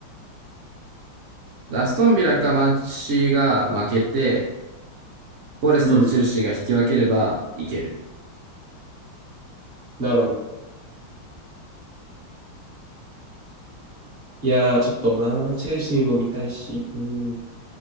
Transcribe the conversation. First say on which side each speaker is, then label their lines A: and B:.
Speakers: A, on the right; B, on the right.
A: アストンビラかマンチーが負けて、フォレストとチェルシーが引き分ければいける。
B: うん、なるほど。いやー、ちょっとなー、チェルシーも見たいし、うん、